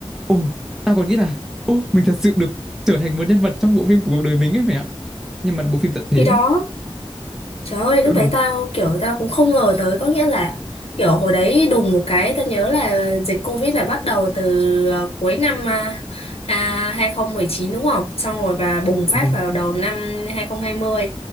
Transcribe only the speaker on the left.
Khi đó Trời ơi,
lúc đấy tao kiểu tao cũng không ngờ tới có nghĩa là kiểu hồi đấy đùng một cái tao nhớ là dịch Covid là bắt đầu từ ờ, cuối năm à, à, 2019 đúng không? Xong rồi và bùng
phát
vào đầu năm 2020.